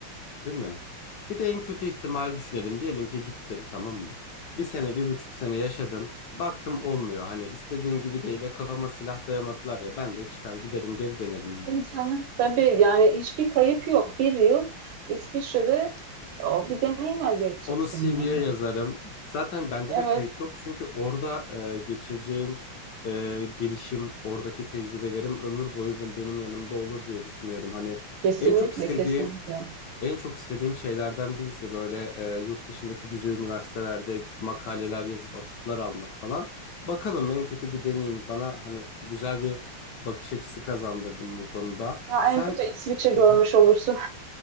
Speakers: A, on the left; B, on the right.
A: Değil mi? Bir de en kötü ihtimali düşünelim. Diyelim ki gittim tamam mı? Bir sene, bir buçuk sene yaşadım. Baktım olmuyor. Hani istediğin gibi değil. E, kafama silah dayamadılar ya. Ben de çıkar giderim geri dönerim yani.
B: Tabii canım. Tabii yani hiçbir kayıp yok. Bir yıl İsviçre'de o, bir deneyim elde edeceksin
A: Onu CV'ye
B: yani.
A: yazarım. Zaten bence
B: Evet,
A: de kayıp yok. Çünkü orada e, geçireceğim e, gelişim, oradaki tecrübelerim ömür boyu ben- benim yanımda olur diye düşünüyorum. Hani
B: kesinlikle
A: en çok istediğim
B: kesinlikle.
A: En çok istediğim şeylerden birisi böyle e, yurt dışındaki güzel üniversitelerde makaleler yazıp atıflar almak falan. Bakalım en kötü bir deneyim bana hani güzel bir bakış açısı kazandırdım bu konuda.
B: Ya
A: Sen
B: en kötü İsviçre görmüş
A: <laughs>
B: olursun.